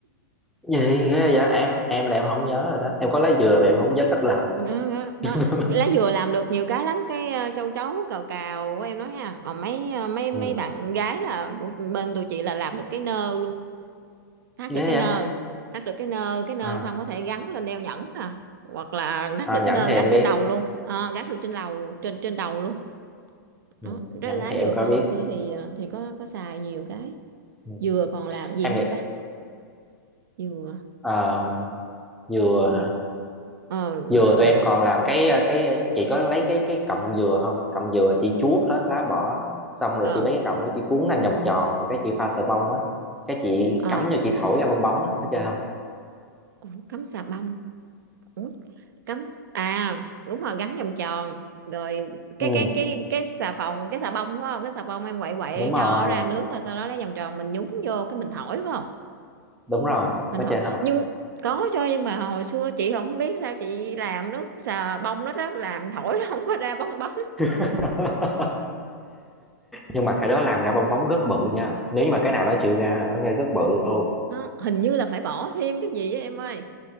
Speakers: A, in the centre; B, on the right (about 70°).
A: gì ghê vậy em em là em không nhớ rồi đó em có lá dừa mà em không nhớ cách làm
B: đó, đó, đó.
A: <laughs>
B: lá dừa làm được nhiều cái lắm cái ờ, châu chấu cào cào của em nói ha còn mấy ờ, mấy mấy
A: ừ
B: bạn gái là của bên tụi chị là làm được cái nơ luôn thắt
A: ghê
B: được cái
A: vậy
B: nơ thắt được cái nơ cái nơ
A: à,
B: xong có thể gắn lên đeo nhẫn nè hoặc là thắt
A: à
B: được
A: nhẫn
B: cái nơ
A: thì
B: gắn
A: em biết
B: trên đầu luôn Ờ, gắn được trên đầu trên trên đầu luôn
A: ừ.
B: đó cái
A: nhẫn
B: lá
A: thì em
B: dừa
A: có
B: có
A: biết
B: hồi xưa thì ờ, thì có có xài nhiều cái
A: ừ.
B: dừa còn làm gì
A: em
B: không
A: nghĩ
B: ta dừa
A: ờ, dừa
B: như
A: hả
B: ờ mình
A: dừa tụi
B: mình
A: em còn làm cái ờ, cái chị có lấy cái cái cọng dừa không cọng dừa chị chuốt hết lá bỏ xong rồi
B: ờ
A: chị lấy cái cọng đó chị cuốn thành vòng tròn rồi cái chị pha sờ bông á cái chị
B: ờ
A: cắm vô chị thổi ra bong bóng á có chơi không
B: Ủa, cắm xà bông Ủa, cắm à đúng rồi gắn vòng tròn rồi cái
A: ừ
B: cái cái cái xà phòng cái xà bông phải không cái xà bông em quậy quậy
A: đúng rồi
B: cho ra nước rồi sau đó lấy vòng tròn mình nhúng vô cái mình thổi phải không
A: đúng rồi
B: mình
A: có
B: hỏi
A: chơi không
B: nhưng có cho nhưng mà hồi xưa chị không biết sao chị làm nước xà bông nó rất làm thổi nó không có ra bong bóng
A: <laughs> nhưng mà cái đó làm ra bong bóng rất bự nha nếu như mà cái nào đó chịu ra là nó ra rất bự luôn
B: Không, hình như là phải bỏ thêm cái gì á em ơi